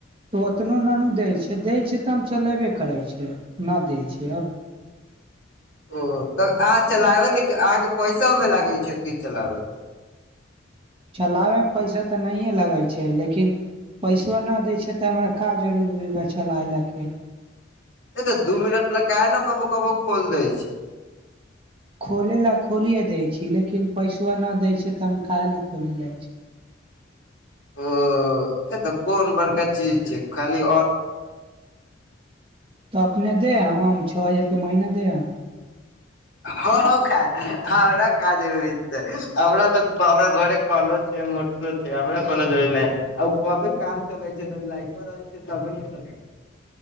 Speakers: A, on the right; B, on the left.
A: तऽ ओतनो ना दैय छै दैय छै त हम चलेबे करै छै नहि दै छय आब
B: ओ तऽ अहाँ चलाबै ल कि अहाँकेँ पैसा ओय मे लागे छै कि चलाबे मे
A: चलाबैय मे पैसा तऽ नहिए लगै छै लेकिन। पैसबा नहि दै छैय तऽ हमरा का जरूरी
B: तऽ दू मिनट ल काहे न कबो कबो खोल दै छै
A: खोलै लए खोलिये दै छी लेकिन पैसबा नहि दै छै तऽ हम काहे ल खोलि जाइ छै
B: ओ ए तऽ कोन बड़का चीज छै खाली
A: तऽ अपने दे छआ हज़ार महीना दे हम
B: हँ हमरा का जरूरी छै हमरा तऽ हमरा घरे कलो छै हमरा कोनो ज नहि आ कबे काम चलै छै जब लाइटो रहै छै तबे ने चल छै।